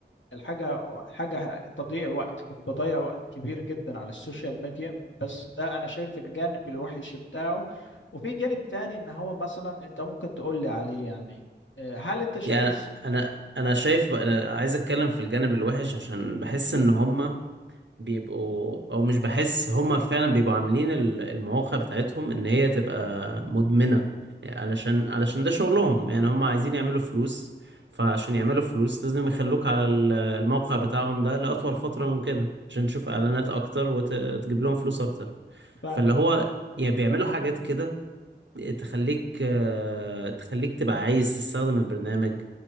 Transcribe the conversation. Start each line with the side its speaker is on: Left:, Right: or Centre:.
Left: الحاجة الحاجة تضييع وقت كنت بضيع وقت كبير جدا على السوشيال ميديا بس ده أنا شايف الجانب الوحش بتاعه وفي جانب تاني إن هو مثلا أنت ممكن تقول لي عليه يعني آه، هل أنت شايف
Right: يعني
Left: الس-
Right: انا انا شايف انا عايز اتكلم في الجانب الوحش عشان بحس ان هما بيبقوا او مش بحس هما فعلا بيبقوا عاملين ال- المواقع بتاعتهم ان هي تبقى مدمنة يعني علشان علشان ده شغلهم يعني هما عايزين يعملوا فلوس فعشان يعملوا فلوس لازم يخلوك على ال- الموقع بتاعهم ده لأطول فترة ممكنة عشان تشوف اعلانات اكتر وتجيب لهم فلوس اكتر
Left: فعلا
Right: فاللي هو يا بيعملوا حاجات كده تخليك آه، تخليك تبقى عايز تستخدم البرنامج